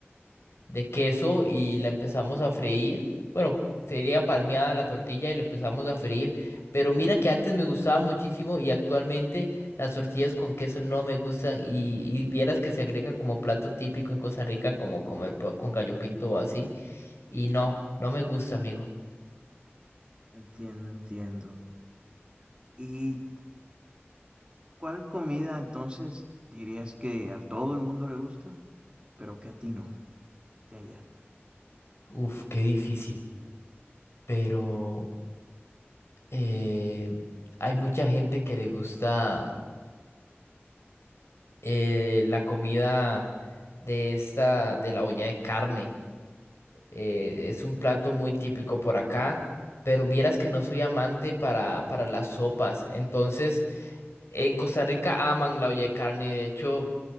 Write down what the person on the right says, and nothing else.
Entiendo, entiendo. ¿Y cuál comida entonces dirías que a todo el mundo le gusta, pero que a ti no, de allá?